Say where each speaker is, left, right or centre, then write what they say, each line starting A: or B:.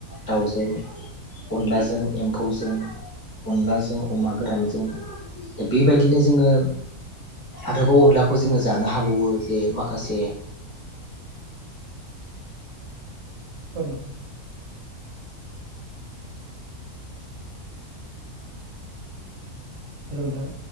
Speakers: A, on the left; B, on the right.
A: दाउजों अनलाजों एम्फौजों अनलाजों अमा गोरानजों दा बेबायदिनो जोङो आरोबाव अनलाखौ जोङो जानो हाबावो जे माखासे
B: औ नोंथां हेल' नोंथां